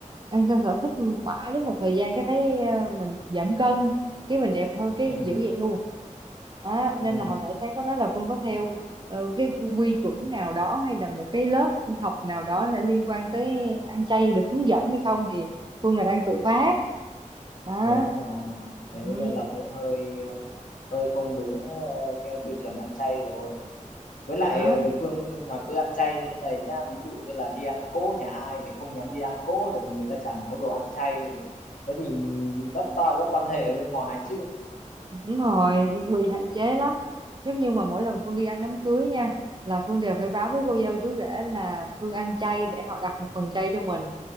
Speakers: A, on the right; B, on the left.
A: ăn theo sở thích mãi đến một thời gian cái thấy à, mình giảm cân cái mình đẹp hơn cái
B: ừ
A: giữ vậy luôn Đó, nên
B: ừ
A: là hồi nãy sáng có nói là Phương có theo ờ, cái quy chuẩn nào đó hay là một cái lớp học nào đó để liên quan tới ăn chay được hướng dẫn hay không thì Phương là đang tự phát đó
B: đúng rồi
A: ừ,
B: thế nên là cũng hơi hơi hơi không đúng ờ, theo tiêu chuẩn ăn chay rồi với lại
A: đó
B: ờ, Phương mà cứ ăn chay như thế này nhá ví dụ như là đi ăn cỗ nhà ai lại không nhắm đi ăn cỗ tại vì người ta chả nấu đồ ăn chay thế thì mất toi các quan hệ ở bên ngoài chứ
A: đúng rồi bị hạn chế lắm giống như mà mỗi lần Phương đi ăn đám cưới nha là Phương đều phải báo với cô dâu chú rể là Phương ăn chay để họ đặt một phần chay cho mình